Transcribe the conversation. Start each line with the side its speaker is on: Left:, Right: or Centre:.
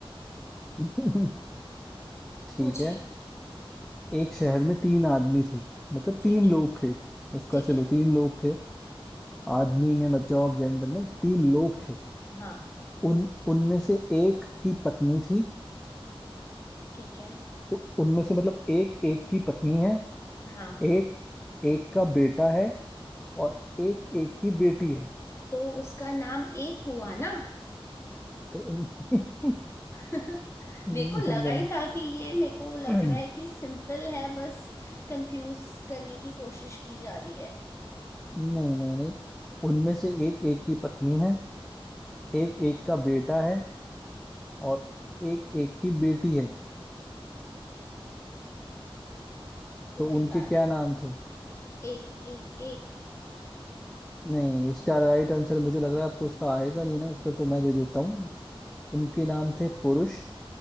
Centre: <laughs>
Left: <laughs>
Centre: ठीक
Left: पूछिए
Centre: है एक शहर में तीन आदमी थे मतलब
Left: ठीक
Centre: तीन
Left: है
Centre: लोग थे इसका
Left: ठीक
Centre: चलो
Left: है
Centre: तीन लोग थे आदमी में मतलब आप जेंडर में तीन लोग थे
Left: हाँ
Centre: उन उनमें से एक की पत्नी थी
Left: ठीक है
Centre: तो उनमें से मतलब एक एक की पत्नी है
Left: हाँ
Centre: एक एक का बेटा है और एक एक की बेटी है
Left: तो उसका नाम एक हुआ ना
Centre: तो उन <laughs>
Left: <laughs>
Centre: नहीं
Left: मेरे को लगा ही था कि ये मेरे को लग
Centre: <clears throat> नहीं
Left: रहा है कि सिंपल है बस कंफ्यूज करने की कोशिश की जा रही है
Centre: नहीं नहीं उनमें से एक एक की पत्नी है एक एक का बेटा है और एक एक की बेटी है
Left: कोई
Centre: तो उनके
Left: बात
Centre: क्या नाम थे
Left: नहीं। एक एक एक
Centre: नहीं इसका राइट आंसर मुझे लग रहा है आपको इसका आएगा नहीं ना उत्तर तो मैं दे देता हूँ उनके नाम थे पुरुष